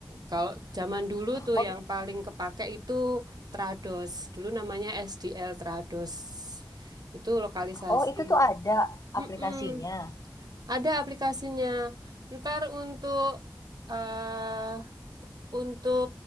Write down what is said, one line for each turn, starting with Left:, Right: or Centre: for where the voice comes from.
Right: Kalau zaman dulu tuh
Left: Oh,
Right: yang
Left: i-
Right: paling kepake itu Trados. Dulu namanya SDL Trados. Itu lokalisasi.
Left: oh itu tuh ada
Right: Mm-mm.
Left: aplikasinya.
Right: Ada aplikasinya. Ntar untuk eh untuk